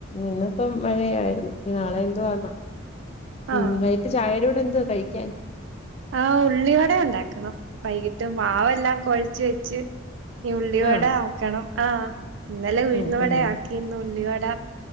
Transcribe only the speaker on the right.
ആഹ്
ആ ഉള്ളിവടെ ഉണ്ടാക്കണം. വൈകിട്ട് മാവെല്ലാം കൊഴച്ച് വെച്ച്. ഉള്ളിവട
ആക്കണം. ആഹ് ഇന്നലെ ഉഴുന്ന
വട ആക്കി. ഇന്ന് ഉള്ളിവട.